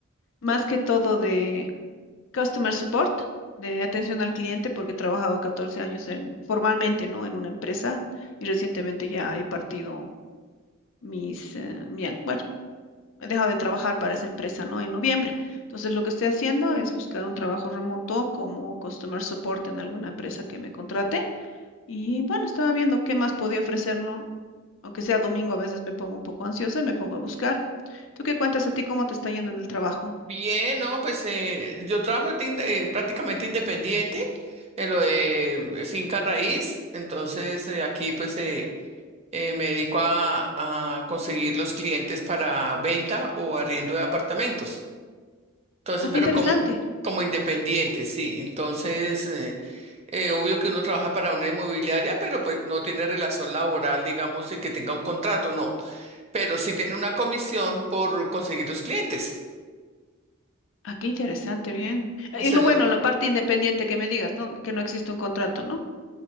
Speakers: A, on the left; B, on the right.
A: más que todo de customer support, de atención al cliente, porque he trabajado 14 años en, formalmente, ¿no? En una empresa y recientemente ya he partido mis, eh, mi- bueno, he dejado de trabajar para esa empresa, ¿no? En noviembre. Entonces, lo que estoy haciendo es buscar un trabajo remoto como customer support en alguna empresa que me contrate. Y bueno, estaba viendo qué más podía ofrecer, ¿no? Aunque sea domingo, a veces me pongo un poco ansiosa y me pongo a buscar. ¿Tú qué cuentas a ti? ¿Cómo te está yendo en el trabajo?
B: Bien, no, pues eh, yo trabajo de inde- eh, prácticamente independiente en lo de finca raíz, entonces eh, aquí pues eh, eh, me dedico a, a conseguir los clientes para venta o arriendo de apartamentos. Entonces,
A: Ah,
B: pero
A: qué interesante.
B: como, como independiente, sí. Entonces, eh, Eh, obvio que uno trabaja para una inmobiliaria, pero pues no tiene relación laboral, digamos, en que tenga un contrato, no. Pero sí tiene una comisión por conseguir los clientes.
A: Ah, qué interesante, bien. Eh,
B: Eso
A: Es lo
B: es lo-
A: bueno, la parte independiente que me digas, ¿no? Que no existe un contrato, ¿no?